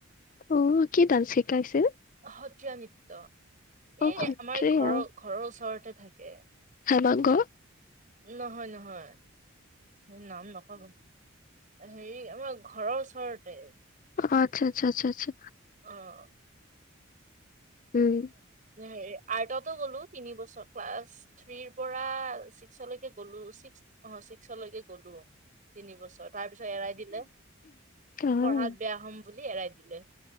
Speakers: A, on the left (about 40°); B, on the right (about 40°).
A: অ, কি ডান্স শিকাইছিল?
B: সত্ৰীয়া নৃত্য,
A: অ',
B: এই
A: সত্ৰীয়া।
B: আমাৰ ঘৰৰ ঘৰৰ ওচৰতে থাকে।
A: হেমাংগ।
B: নহয় নহয়, নাম নকব। হেৰি আমাৰ ঘৰৰ ওচৰতে।
A: অ', আচ্ছা, আচ্ছা, আচ্ছা, আচ্ছা।
B: অঁ।
A: উম,
B: হেৰি আৰ্টতো গ'লো তিনি বছৰ ক্লাছ। থ্ৰীৰ পৰা ছিক্সলেকে গ'লো, ছিক্স অ', ছিক্সলৈকে গ'লো। তিনি বছৰ তাৰ পিছত এৰাই দিলে
A: অ আচ্ছা
B: পঢ়াত বেয়া হম বুলি এৰাই দিলে।